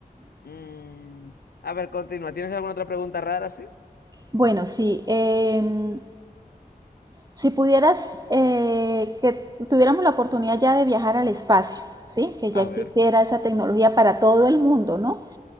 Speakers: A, on the left; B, on the right.
A: Mm, a ver, continúa. ¿Tienes alguna otra pregunta rara, sí?
B: Bueno, sí, em, si pudieras, eh, que tuviéramos la oportunidad ya de viajar al espacio, ¿sí? Que ya
A: A
B: existiera
A: ver.
B: esa tecnología para todo el mundo, ¿no?